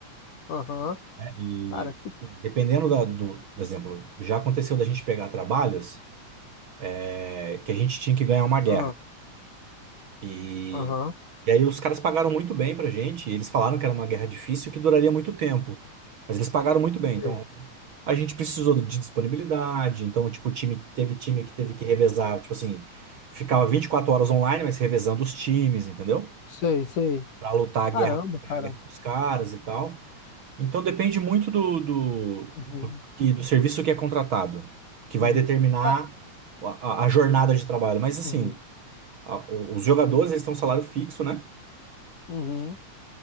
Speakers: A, on the left; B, on the right.
A: aham.
B: E
A: Cara, que.
B: enfim, dependendo da, do, por exemplo, já aconteceu da gente pegar trabalhos, é, que a gente tinha que ganhar uma guerra.
A: Ah,
B: e
A: aham,
B: E aí os caras pagaram muito bem pra gente, e eles falaram que era uma guerra difícil e que duraria muito tempo. Mas eles pagaram muito bem,
A: sei.
B: então a gente precisou de disponibilidade, então tipo, o time teve time que teve que revezar, tipo assim, ficava 24 horas online, mas revezando os times, entendeu?
A: Sei, sei.
B: Pra lutar a
A: Caramba,
B: guerra,
A: cara.
B: a guerra com os caras e tal. Então depende muito do, do,
A: Uhum,
B: do, que- do serviço que é contratado, que
A: uhum.
B: vai determinar
A: Ca-
B: a, a- a jornada de trabalho. Mas assim,
A: Uhum,
B: a- o- os jogadores eles têm um salário fixo, né?
A: uhum,